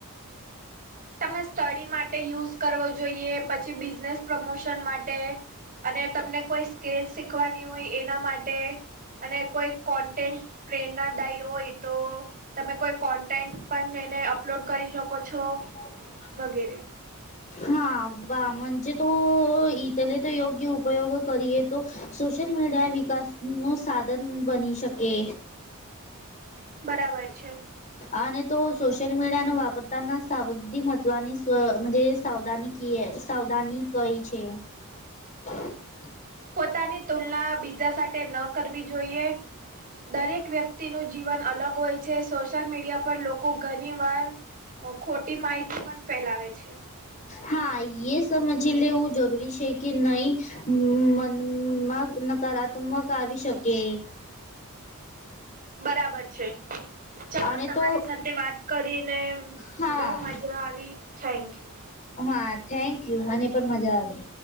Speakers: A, on the right; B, on the left.
A: તમે સ્ટડી માટે યુઝ કરવો જોઈએ પછી બિઝનેસ પ્રમોશન માટે અને તમને કોઈ સ્કેલ શીખવાની હોય એના માટે અને કોઈ કોન્ટેન્ટ પ્રેરણાદાયી હોય તો તમે કોઈ કોન્ટેન્ટ પણ એને અપલોડ કરી શકો છો
B: <inaudible> <inaudible>
A: વગેરે
B: હા વાજે તો તલે તો યોગ્ય ઉપયોગ કરીએ તો સોશિયલ મીડિયા વિકાસ નું સાધન બની શકે
A: બરાબર છે
B: આ તો સોશિયલ મીડિયા ન વાપર પોતાના સાવધી મહત્વની સ્વ સાવધાની ક સાવધાની કઈ છે <inaudible>
A: પોતાની તુલના બીજા સાથે ન કરવી જોઈએ દરેક વ્યક્તિનું જીવન અલગ હોય છે સોશિયલ મીડિયા પર લોકો ઘણી વાર ખોટી માહિતી પણ ફેલાવે છે
B: હા એ સમજી લેવું જરૂરી છે કે નહી મ મ નકારાત્મક આવી શકે
A: બરાબર છે ચલો
B: અને
A: તમારી
B: તો
A: સાથે વાત કરીને
B: હા
A: બહુ મજા આવી થેન્ક યુ
B: હા થેન્કયુ મને પણ મજા આવી